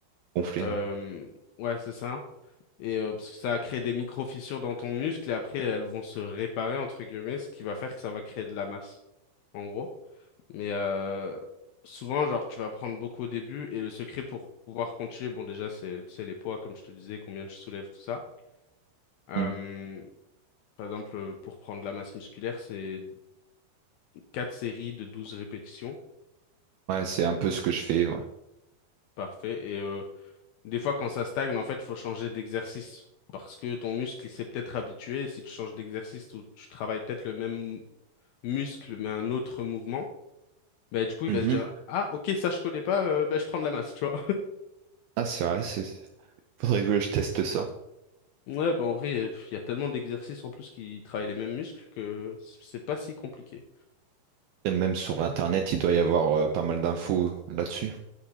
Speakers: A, on the right (about 80°); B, on the left (about 80°).
A: <laughs> Gonflé.
B: euh,
A: Ouais,
B: ouais, c'est ça. Et euh, parce que ça a créé des micro-fissures dans ton muscle, et après, elles vont se réparer, entre guillemets, ce qui va faire que ça va créer de la masse, en gros. Mais euh, souvent, genre, tu vas prendre beaucoup au début et le secret pour pouvoir continuer, bon, déjà, c'est, c'est les poids, comme je te disais, combien tu soulèves, tout ça. Euh,
A: Hmm.
B: par exemple, euh, pour prendre de la masse musculaire, c'est quatre séries de 12 répétitions.
A: Ouais, c'est un peu ce que je fais. Ouais.
B: Parfait. Et euh, des fois, quand ça stagne, en fait, faut changer d'exercice parce que ton muscle, il s'est peut-être habitué. Et si tu changes d'exercice ou tu travailles peut-être le même muscle, mais un autre mouvement, bah, du coup, il
A: Mhm.
B: va se dire, Ah, ok, ça, je connais pas, euh, bah, je prends de la masse, tu vois.
A: Ah, c'est vrai, c'est... faudrait que je teste ça.
B: Ouais, bah en vrai, il y a tellement d'exercices en plus qui travaillent les mêmes muscles que c- c'est pas si compliqué.
A: Et même sur Internet, il doit y avoir euh, pas mal d'infos là-dessus.